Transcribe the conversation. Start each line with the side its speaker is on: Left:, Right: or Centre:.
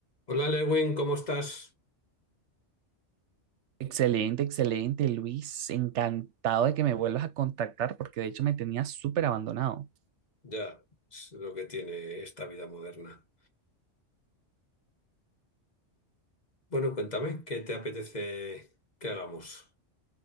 Left: Hola Lewin, ¿cómo estás?
Right: Excelente, excelente, Luis. Encantado de que me vuelvas a contactar porque de hecho me tenías súper abandonado.
Left: Ya, es lo que tiene esta vida moderna. Bueno, cuéntame, ¿qué te apetece que hagamos?